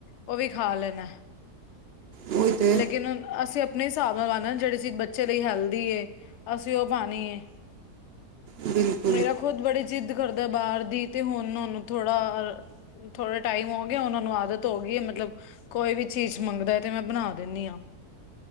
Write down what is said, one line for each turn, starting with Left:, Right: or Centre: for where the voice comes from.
Left: ਉਹ ਵੀ ਖਾ ਲੈਨਾ ਐ।
Right: ਉਹੀ ਤੇ
Left: ਲੇਕਿਨ ਅਸੀ ਅਪਨੇ ਹਿਸਾਬ ਨਾਲ ਲਾਨੈ, ਜੇੜੀ ਚੀਜ਼ ਬੱਚੇ ਲਈ ਹੈਲਦੀ ਏ। ਅਸੀ ਓ ਖਾਨੀ ਏ,
Right: ਬਿਲਕੁਲ
Left: ਮੇਰਾ ਤੇ ਜਿਹੜੀ ਚੀਜ਼ ਘਰ ਦੈ ਬਾਰ ਦੀ, ਤੇ ਹੁਨ ਓਨੂੰ ਥੋੜਾ ਅ ਥੋੜਾ ਟਾਈਮ ਹੋ ਗਯਾ, ਹੁਨ ਓਨੂੰ ਆਦਤ ਹੋ ਗੀ ਏ, ਮਤਲਬ ਕੋਈ ਵੀ ਚੀਜ਼ ਮੰਗਦਾ ਤੇ ਮੈਂ ਬਨਾ ਦੇਨੀ ਆਂ,